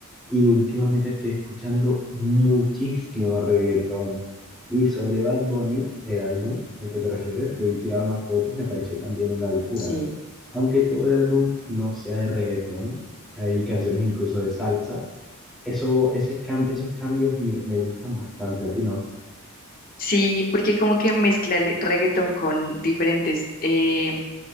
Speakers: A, in the centre; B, on the left (about 40°).
A: y últimamente estoy escuchando muchísimo reggaetón. Y sobre Bad Bunny, el álbum al que te refieres, debí tirar más fotos, me pareció también una locura.
B: Sí,
A: Aunque todo el álbum no sea de reggaetón, hay canciones incluso de salsa Eso, ese cam- esos cambios me, me gustan bastante, a ti no.
B: Sí, porque como que mezcla el reggaetón con diferentes eh,